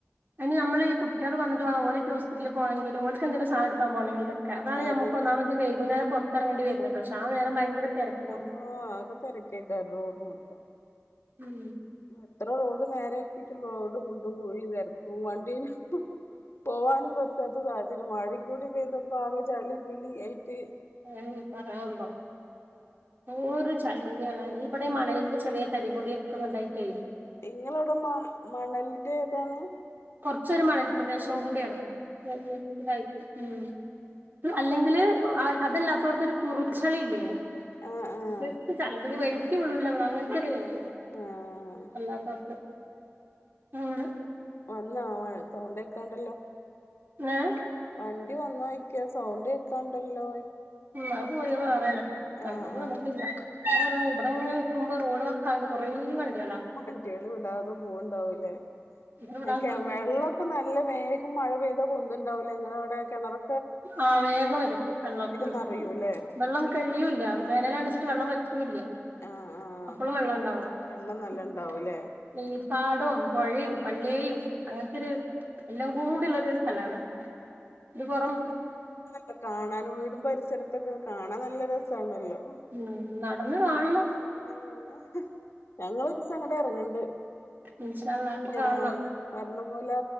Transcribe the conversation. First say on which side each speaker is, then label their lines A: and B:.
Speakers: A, on the right; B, on the left.
A: അനി നമ്മള് ഈ കുട്ടികൾ വന്നിട്ട്ണം ഓല് ഹോസ്പറ്റിൽ പോണെങ്കിലും ഓ ക്ക് എന്തെങ്കും
B: ആഹ്
A: സാന എടുക്കാൻ പോണെങ്കിലൊക്കെ അതാണ്
B: അതന്നെ
A: നമുക്ക് ഒന്നാമത് വൈകുന്നേം പുറത്തിറങ്ങേണ്ടി വരുന്നത് പക്ഷെ ആഹ് നേരം പയങ്കര തിരക്കും
B: ആഹ് ആക തരക്കെ ക റോഡ് മൊത്തം
A: ഉം
B: എത്ര റോഡ് നേരെക്കിട്ടും റോഡ് കുണ്ടും കുഴും ചരക്കും വണ്ടിൽ പോവാനും പറ്റാത്ത സാഹചര്യം മഴീ കൂടി പെയ്തപ്പോ ആകെ ചളി പിളി ആയിട്ട്
A: ഏഹ് പറയാനുണ്ടോ എന്തോരു ചളിപിളിയാണ് ഇ ഇവിടെ മണലിന്റെ ചെറിയ തരിപൊടിയൊക്കെങ്ങ്ടായിട്ടേ
B: ഇങ്ങളവിടെ മ മണലിന്റെ ഇതാണ്
A: കൊർച്ചൊരു മണൽ പ്രദേശം കൂടിയാണ് ഉം ഇതായി ഉം അല്ലെങ്കില് അ അതല്ലാത്തോട്ത്തൊരു തുറിച്ചലില്ലേ
B: ആഹ് ആഹ്
A: ഒരു സൈസ് ചളിപിളി വഴിക്കി വീഴൂല്ലേമ്മള് അങ്ങൻത്തെരു വര
B: ആഹ്
A: അല്ലാപ്പപ്പൊ ആണ്
B: വന്നാവാൻ സൗണ്ടേക്കാണ്ടല്ലോ
A: ഏഹ്
B: വണ്ടി വന്നോയ്ക്ക സൗണ്ട് കേക്കാണ്ടല്ലോ
A: ഉം അത് പോയി അത് വേറേണ് ഞങ്ങളത്
B: ആഹ് ആഹ്
A: വന്നിട്ടില്ല
B: ആഹ് ആഹ്
A: ഇബടെങ്ങനെ ഇരിക്കുമ്പോ റോഡ് വ ക്കാണ്ട് കൊറേ വണ്ടികളാ
B: ആഹ് വണ്ടിയേള് വിടാതെ പോവ്ണ്ടാവൂലേ
A: ഇവിടാകൊണ്ട്
B: എ കെ വെള്ളൊ ക്കെ നല്ല വേഗം മഴ പെയ്താ പൊന്തുണ്ടാവുല്ലേ ഇങ്ങളവിടെ കിണറൊ
A: ആഹ് വേഗം വരും വെള്ളം ഉം
B: നറയൂല്ലേ
A: വെള്ളം കഴിയൂല്ല വേനലാണിച്ചിട്ട്
B: ആഹ്
A: വെള്ളം വ റ്റൂല്ല
B: ആഹ് ആഹ് ആഹ്
A: അപ്പളും വെള്ളം ഇണ്ടാവും
B: വെള്ളം നല്ല
A: ഉം
B: ഇണ്ടാവൂലേ
A: ഈ പാടവും പൊഴീ പള്ളേയും അങ്ങൻത്തൊരു
B: ആഹ്
A: എല്ലാം
B: ആഹ്
A: കൂടിള്ളരു സ്ഥലാണ് ഒരുപൊറം
B: ടെ കാണാനും വീടും പരിസരത്തൊക്കെ കാണാൻ നല്ല രസാണല്ലോ
A: ഉം നടന്ന് കാണണം
B: ഉം ഞങ്ങളൊരീസം അങ്ങ്ട് എറങ്ങണ്ട്
A: ഇൻഷാ അള്ളാ അപ്പൊ കാണണം
B: ഉം പറഞ്ഞ പോലെ